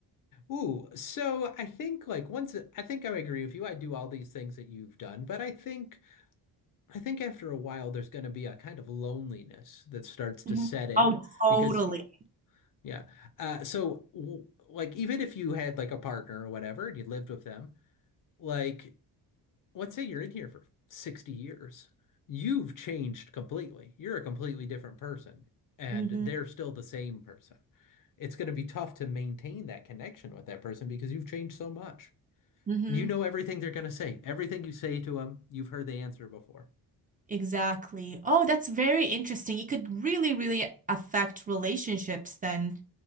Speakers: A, on the left; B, on the right.
A: Ooh, so I think like once I think I agree with you. I do all these things that you've done, but I think. I think after a while, there's going to be a kind of loneliness that starts to
B: Mhm.
A: set in
B: Oh, totally.
A: because, yeah. Uh, so, w like, even if you had like a partner or whatever and you lived with them, like, let's say you're in here for 60 years, you've changed completely. You're a completely different person, and
B: hmm
A: they're still the same person. It's going to be tough to maintain that connection with that person because you've changed so much.
B: hmm
A: You know everything they're going to say. Everything you say to them, you've heard the answer before.
B: Exactly. Oh, that's very interesting. It could really, really affect relationships then.